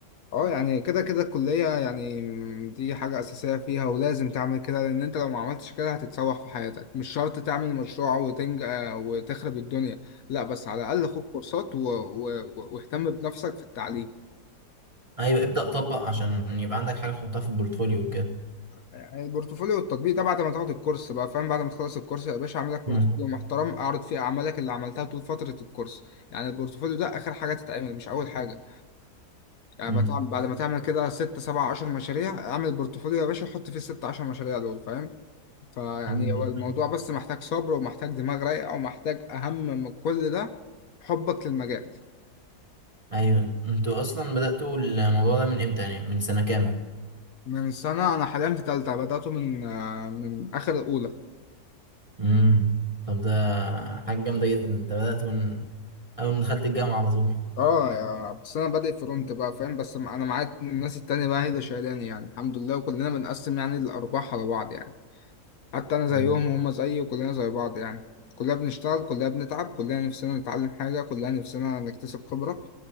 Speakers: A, on the left (about 65°); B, on the right (about 30°).
A: اه يعني كده كده الكلية يعني دي حاجة أساسية فيها ولازم تعمل كده لأن أنت لو ما عملتش كده هتتسوح في حياتك مش شرط تعمل مشروع وتنج وتخرب الدنيا لا بس على الأقل خد كورسات و... و... و- واهتم بنفسك في التعليم
B: ايوه ابدأ طبق عشان يبقى عندك حاجة تحطها في البورتفوليو كده
A: يعني البورتفوليو والتطبيق ده بعد ما تاخد الكورس بقى فاهم بعد ما تخلص الكورس يا باشا اعمل لك بورتفوليو
B: مم.
A: محترم اعرض فيه أعمالك اللي عملتها طول فترة الكورس يعني البورتفوليو ده آخر حاجة تتعمل مش أول حاجة يعني
B: مم.
A: بتعمل- بعد ما تعمل كده ست سبع عشر مشاريع اعمل بورتفوليو يا باشا حط فيه الست عشر مشاريع دول فاهم فيعني
B: مم.
A: هو الموضوع بس محتاج صبر ومحتاج دماغ رايقة ومحتاج أهم من كل ده حبك للمجال
B: ايوه انتوا اصلا بدأتوا الموضوع ده من امتى يعني من سنة كام
A: من سنة أنا حاليا في تالتة بدأته من آه، من آخر الأولى
B: امم طب ده حاجة جامدة جدا انت بدأت من اول ما دخلت الجامعة على طول
A: اه يا- بس أنا بادئ فرونت بقى فاهم بس أنا معايا الناس التانية بقى هي اللي شايلاني يعني الحمد لله وكلنا بنقسم يعني الأرباح على بعض يعني حتى أنا زيهم
B: مم.
A: وهم زيي وكلنا زي بعض يعني كلنا بنشتغل كلنا بنتعب كلنا نفسنا نتعلم حاجة كلنا نفسنا نكتسب خبرة